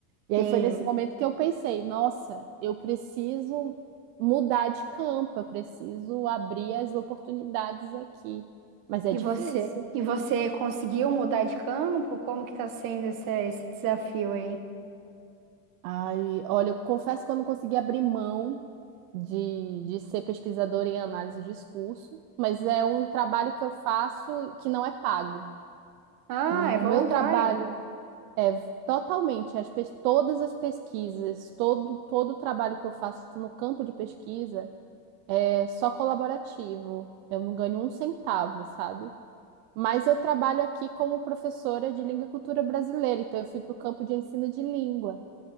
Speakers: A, on the right; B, on the right.
A: E
B: Sim.
A: aí foi nesse momento que eu pensei, nossa, eu preciso mudar de campo, eu preciso abrir as oportunidades aqui. Mas é
B: E
A: difícil.
B: você, e você conseguiu mudar de campo? Como que tá sendo esse, esse desafio aí?
A: Ai, olha, eu confesso que eu não consegui abrir mão de, de ser pesquisadora em análise de discurso, mas é um trabalho que eu faço que não é pago.
B: Ah,
A: O
B: é voluntário.
A: meu trabalho é totalmente as, pes- todas as pesquisas, todo, todo o trabalho que eu faço no campo de pesquisa é só colaborativo. Eu não ganho um centavo, sabe? Mas eu trabalho aqui como professora de língua e cultura brasileira, então eu fui para o campo de ensino de língua.